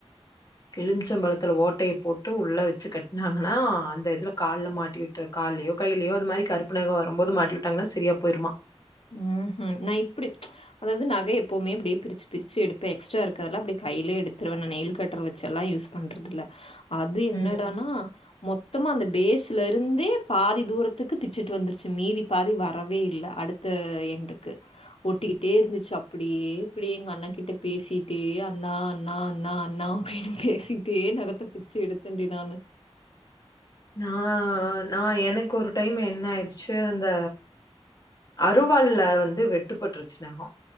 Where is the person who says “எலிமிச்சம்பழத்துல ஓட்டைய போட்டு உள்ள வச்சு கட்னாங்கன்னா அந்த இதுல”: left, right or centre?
Left